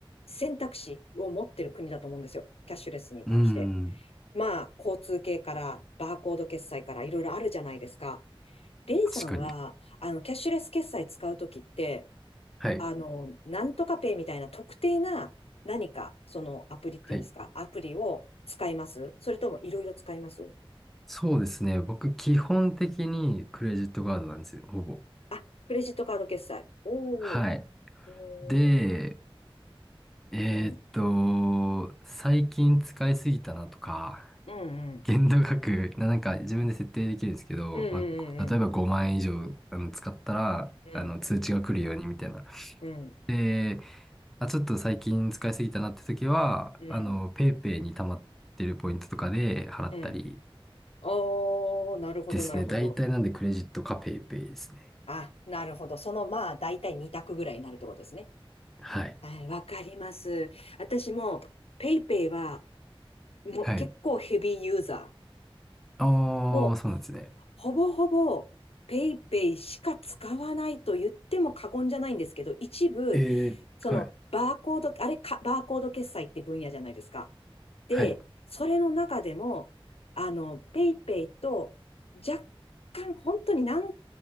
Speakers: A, on the left; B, in the centre.
A: 選択肢を持ってる国だと思うんですよ。キャッシュレスに対して。
B: うん、うん
A: まあ、交通系から、バーコード決済から、いろいろあるじゃないですか。レイさんは、
B: 確かに。
A: あの、キャッシュレス決済使うときって、
B: はい、
A: あの、なんとかペイみたいな特定な何か、そのアプリっていうんですか、
B: はい。
A: アプリを使いますそれともいろいろ使います
B: そうですね。僕、基本的にクレジットカードなんですよ、ほぼ。
A: あ、クレジットカード決済。おー
B: はい。
A: おー、
B: で、えーっと、
A: うん、
B: 最近使いすぎたなとか、
A: うん、うん、
B: 限度額、な、なんか自分で設定できるんですけど、
A: うん、
B: まあ、例えば5万円以上あの使ったら、
A: うん、うん、
B: あの通知が来るようにみたいな。
A: うん、うん、
B: で、あ、ちょっと最近使いすぎたなって時は、
A: うん、
B: あの、ペイペイに溜まってるポイントとかで払ったり
A: うん。おー、なるほど、
B: ですね。
A: なるほど。
B: 大体なんでクレジットかペイペイですね。
A: あ、なるほど。その、まあ、だいたい2択ぐらいになるってことですね。
B: はい。
A: はい、わかります。私も、ペイペイは、もう結構ヘビーユーザー。
B: はい。ああ、
A: もう、
B: そうなんですね。
A: ほぼほぼ、ペイペイしか使わないと言っても過言じゃないんですけど、一部、
B: ええ、
A: その、
B: はい。
A: バーコード、あれか、バーコード決済って分野じゃないですか。で、
B: はい。
A: それの中でも、あの、ペイペイと、若干、本当に何、